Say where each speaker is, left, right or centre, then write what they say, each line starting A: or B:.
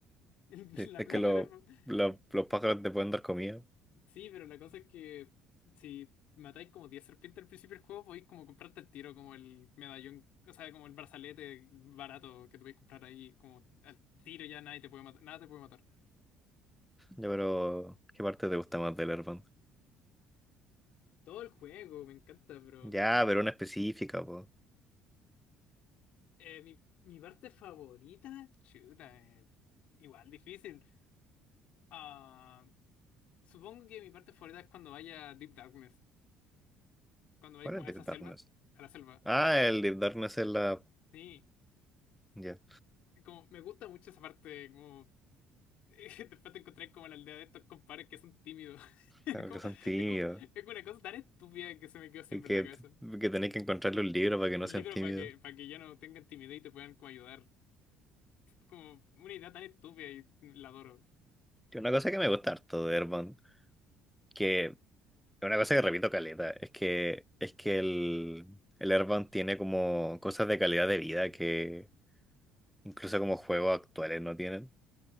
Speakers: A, on the left (about 65°); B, in the centre.
A: <laughs> en
B: Sí.
A: la
B: Es
A: plata
B: que lo-
A: del hermano.
B: lo-
A: Eh,
B: los pájaros te pueden dar comida.
A: Sí, pero la cosa es que si matáis como 10 serpientes al principio del juego, podéis como comprarte al tiro, como el medallón, o sea, como el brazalete barato que te podéis comprar ahí, como al tiro ya nadie te puede matar, nada te puede matar.
B: Ya, pero ¿qué parte te gusta más del Earthbound?
A: Todo el juego me encanta, pero
B: Ya, pero una específica, po.
A: eh, mi, mi parte favorita, chuta, eh, igual difícil. Ah, Supongo que mi parte favorita es cuando vaya a Deep Darkness, cuando vaya
B: ¿Cuál
A: como
B: es
A: a
B: Deep
A: esa selva,
B: Darkness?
A: a la selva.
B: Ah, el Deep Darkness es la...
A: Sí,
B: Ya,
A: como me gusta mucho esa parte, como <laughs> después te encontré como en la aldea de estos compadres que son tímidos. <laughs> Es
B: claro
A: como,
B: que son tímidos.
A: es como, es una cosa tan estúpida que se me quedó siempre
B: Y que,
A: en la cabeza.
B: que tenéis que encontrarle un libro para que
A: Un
B: no sean
A: libro
B: tímidos.
A: para que, para que ya no tengan timidez y te puedan como ayudar. como una idea tan estúpida y la adoro.
B: Y una cosa que me gusta harto de Airbound, que es una cosa que repito caleta, es que es que el, el Airbound tiene como cosas de calidad de vida que incluso como juegos actuales no tienen.